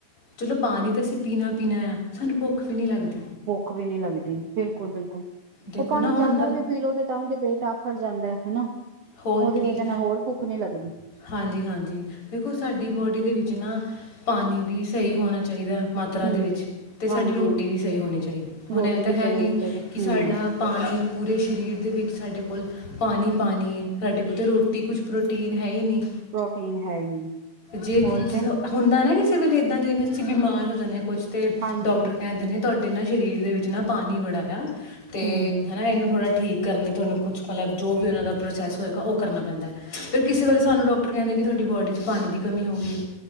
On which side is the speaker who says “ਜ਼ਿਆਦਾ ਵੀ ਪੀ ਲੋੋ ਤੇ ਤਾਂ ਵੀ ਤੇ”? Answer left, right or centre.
Right